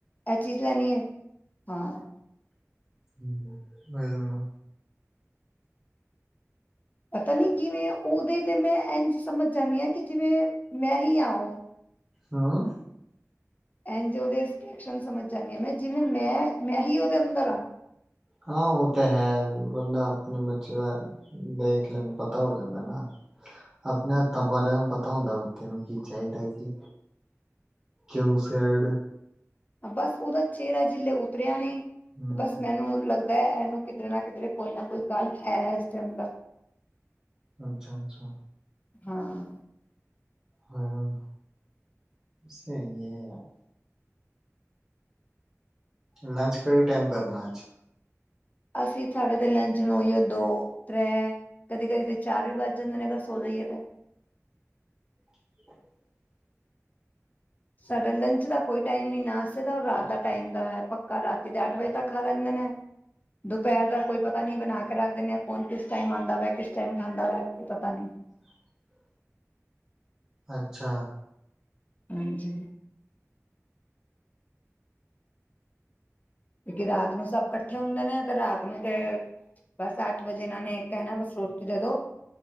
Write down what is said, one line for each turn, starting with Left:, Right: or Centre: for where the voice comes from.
Left: ਐ ਚੀਜ਼ ਲੈਣੀ ਹੈ, ਹਾਂ।
Right: ਹੂੰ ਹੋ ਜਾਨਾ।
Left: ਪਤਾ ਨਹੀਂ ਕਿਵੇਂ, ਉਹਦੇ ਤੇ ਮੈਂ ਇੰਝ ਸਮਝ ਜਾਂਣੀ ਹਾ। ਕਿ ਜਿਵੇਂ ਮੈਂ ਹੀ ਆ ਉਹ
Right: ਹਾਂ।
Left: ਇਝ ਉਹਦੇ ਸਟੇਟਸ ਸਮਝ ਜਾਂਦੀ ਹਾਂ, ਜਿਵੇਂ ਮੈਂ ਮੈਂ ਹੀ ਉਹਦੇ ਅੰਦਰ ਹਾਂ।
Right: ਹਾਂ ਉਹ ਤਾਂ ਹੈ ਬੰਦਾ ਆਪਣੇ ਬੱਚੇ ਦਾ ਦੇਖ ਲਵੇ ਪਤਾ ਹੋ ਜਾਂਦਾ ਨਾ। ਆਪਣੇ ਹੱਥਾਂ ਪਾਲਿਆ ਨੂੰ ਪਤਾ ਹੁੰਦਾ ਬੱਚੇ ਨੂੰ ਕੀ ਚਾਹੀਦਾ ਕਿ ਕਿਉ ਸੈਡ
Left: ਬਸ ਉਹਦਾ ਚਿਹਰਾ ਜੇ ਉਤਰਿਆ ਨਹੀਂ
Right: ਹਮ
Left: ਬਸ ਮੈਨੂੰ ਲੱਗਦਾ। ਇਹਨੂੰ ਕਿਧਰੇ ਨਾ ਕਿਧਰੇ ਕੋਈ ਨਾ ਕੋਈ ਗੱਲ ਹੈ। ਇਸ ਦੇ ਅੰਦਰ
Right: ਅੱਛਾ- ਅੱਛਾ
Left: ਹਾਂ।
Right: ਹਾਂ ਸਹੀ ਹੈਗਾ। ਲੰਚ ਕਿਹੜੇ ਟਾਈਮ ਕਰਨਾ ਅੱਜ।
Left: ਅਸੀਂ ਸਾਡੇ ਤੇ ਲੰਚ ਨੂੰ ਓਹੀਏ ਦੋ ਤ੍ਰੈ ਕਦੀ ਕਦੀ ਤੇ ਚਾਰ ਵੀ ਵੱਜ ਜਾਂਦੇ ਨੇ ਅਗਰ ਸੋ ਜਾਈਏ ਤਾਂ।
Right: <inaudible>
Left: ਸਾਡਾ ਲੰਚ ਦਾ ਕੋਈ ਟਾਈਮ ਨੀ। ਨਾਸਤੇ ਦਾ ਔਰ ਰਾਤ ਦਾ ਟਾਈਮ ਦਾ ਪੱਕਾ ਰਾਤੀ ਤੇ ਅੱਠ ਵਜੇ ਤੱਕ ਖਾ ਲੈਂਦੇ ਨੇ। ਦੁਪਹਿਰ ਦਾ ਕੋਈ ਪਤਾ ਨੀ ਬਣਾ ਕੇ ਰੱਖ ਦਿੰਨਦੇ। ਕੌਣ ਕਿਸ ਟਾਈਮ ਆਂਦਾ ਵਾ ਕਿਸ ਟਾਈਮ ਖਾਂਦਾ ਵਾ ਕੋਈ ਪਤਾ ਨਹੀ।
Right: <inaudible> ਅੱਛਾ।
Left: ਹਾਂਜੀ। ਕਿਉਂਕਿ ਰਾਤ ਨੂੰ ਸਭ ਇਕੱਠੇ ਹੁੰਦੇ ਨੇ ਤੇ ਰਾਤ ਨੂੰ ਤੇ ਬਸ ਅੱਠ ਵਜੇ ਇਹਨਾਂ ਨੇ ਕਹਿਣਾ ਬਸ ਰੋਟੀ ਦੇ ਦੋ।